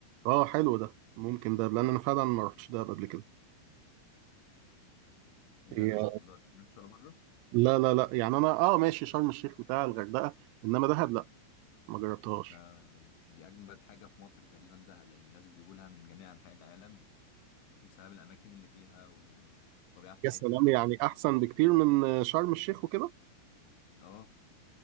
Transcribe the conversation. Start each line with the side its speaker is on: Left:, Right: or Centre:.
Right: اه حلو ده ممكن ده لان انا فعلا ما رحتش ده قبل كده
Left: بجد
Right: هي-
Left: ما تهزرش ما رحتش ولا مرة
Right: لا لا لا يعني انا اه ماشي شرم الشيخ بتاع الغردقه انما دهب لا ما جربتهاش
Left: ده دي أجمد حاجة في مصر تقريبا دهب يعني الناس بيقولها لها من جميع أنحاء العالم بسبب الأماكن اللي فيها والطبيعة بتاعتها
Right: يا سلام
Left: و...
Right: يعني احسن بكتير من شرم الشيخ وكده
Left: اه